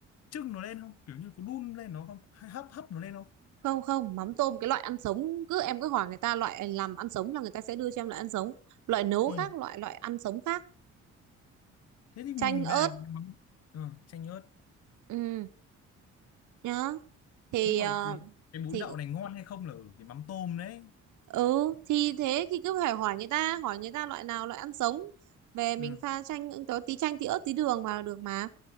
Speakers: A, on the left (about 55°); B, on the right (about 75°).
A: trưng nó lên không kiểu như có đun lên nó không hay hấp hấp nó lên không
B: không không mắm tôm cái loại ăn sống cứ em cứ hỏi người ta loại làm ăn sống là người ta sẽ đưa cho em loại ăn sống loại nấu
A: ừ.
B: khác loại loại ăn sống khác
A: thế thì
B: chanh
A: mình
B: ớt
A: về cái mắm ừ, chanh ớt
B: ừ nhá thì
A: nhưng mà
B: ờ,
A: cái cái bún
B: thì
A: đậu này ngon hay không là ở cái mắm tôm đấy
B: ừ thì thế thì cứ phải hỏi người ta hỏi người ta loại nào loại ăn sống về mình
A: ừ.
B: pha chanh có tí chanh tí ớt tí đường vào là được mà